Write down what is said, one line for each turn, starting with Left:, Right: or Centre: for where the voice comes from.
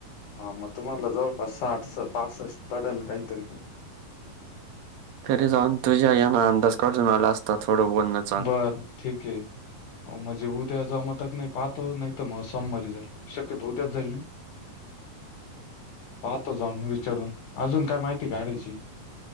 Left: हा मग तुम्हाला जवळपास साठ स पासष्ट पडेल काहीतरी
Right: तरी जाऊन तुझ्या यांना अंदाज कजून आला असता थोडं बोलण्यात.
Left: बर ठीक आहे म्हणजे उद्या जमा तक नाही पाहतो नाही उत्तम सोमवारी झाली शक्यत होत्याच झाली नाही. पाहतो जाऊन विचारून अजून काय माहिती काढायची.